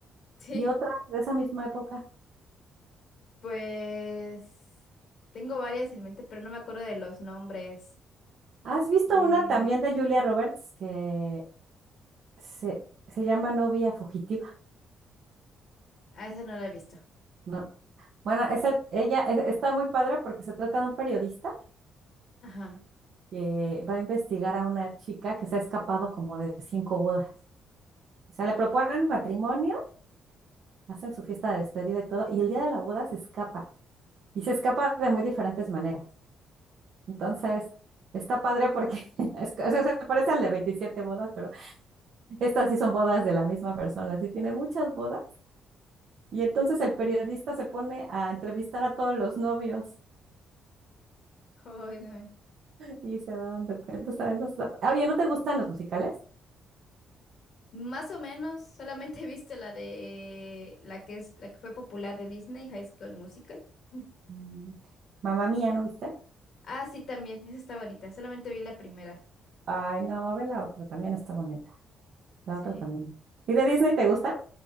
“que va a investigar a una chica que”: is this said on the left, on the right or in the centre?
Right